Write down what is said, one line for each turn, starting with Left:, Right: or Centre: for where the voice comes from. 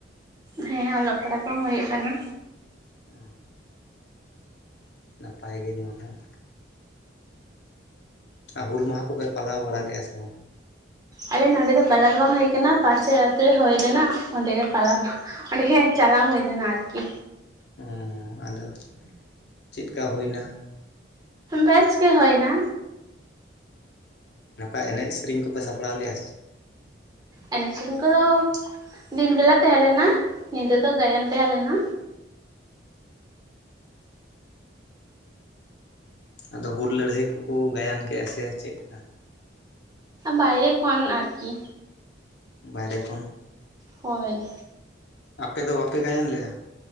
Right: ᱦᱮᱸ ᱚᱞᱚᱜ ᱯᱟᱲᱦᱟᱜ ᱠᱚᱦᱚ ᱦᱩᱭᱩᱜ ᱠᱟᱱᱟ
Left: ᱚ ᱱᱟᱯᱟᱭ ᱜᱮ ᱱᱚᱣᱟ ᱦᱚᱸ ᱟᱨ ᱦᱩᱞ ᱢᱟᱦᱟ ᱠᱚᱯᱮ ᱯᱟᱞᱟᱣ ᱵᱟᱲᱟ ᱞᱮᱫᱼᱟ ᱥᱮ ᱵᱟᱝ?
Right: ᱟᱞᱮ ᱱᱚᱰᱮ ᱫᱚ ᱯᱟᱞᱟ ᱫᱚ ᱵᱟᱝ ᱦᱩᱭ ᱠᱟᱱᱟ ᱯᱟᱥᱮᱨ ᱟᱛᱩ ᱨᱮ ᱦᱩᱭ ᱨᱮᱱᱟᱜ ᱚᱸᱰᱮ ᱜᱮ ᱯᱟᱞᱟ᱾ ᱚᱸᱰᱮ ᱜᱮ ᱦᱟᱸᱜ ᱪᱟᱞᱟᱣ ᱦᱩᱭ ᱞᱮᱱᱟ ᱟᱨᱠᱤ᱾
Left: ᱚ ᱟᱫᱚ ᱪᱮᱫ ᱞᱮᱠᱟ ᱦᱩᱭ ᱮᱱᱟ᱾
Right: ᱵᱮᱥ ᱜᱮ ᱦᱩᱭ ᱮᱱᱟ᱾
Left: ᱱᱚᱝᱠᱟ ᱮᱱᱮᱡ ᱥᱮᱨᱮᱧ ᱠᱚᱯᱮ ᱥᱟᱯᱲᱟᱣ ᱞᱮᱼᱟ ᱪᱮ?
Right: ᱮᱱᱮᱡ ᱥᱮᱨᱮᱧ ᱠᱚᱫᱚ ᱫᱤᱱ ᱵᱮᱞᱟ ᱛᱟᱦᱮᱸ ᱞᱮᱱᱟ ᱧᱤᱫᱟᱹ ᱫᱚ ᱜᱟᱭᱟᱱ ᱛᱟᱦᱮᱸ ᱞᱮᱱᱟ᱾
Left: ᱟᱫᱚ ᱦᱩᱞ ᱞᱟᱹᱲᱦᱟᱹᱭ ᱠᱚᱠᱚ ᱜᱟᱭᱟᱱ ᱠᱮᱫᱼᱟ ᱥᱮ ᱪᱮᱫ ᱞᱮᱠᱟ?
Right: ᱵᱟᱭᱨᱮ ᱠᱷᱚᱱ ᱟᱨᱠᱤ᱾
Left: ᱵᱟᱭᱨᱮ ᱠᱷᱚᱱ᱾
Right: ᱦᱳᱭ
Left: ᱟᱯᱮ ᱫᱚ ᱵᱟᱯᱮ ᱜᱟᱭᱟᱱ ᱞᱮᱫ-ᱟ?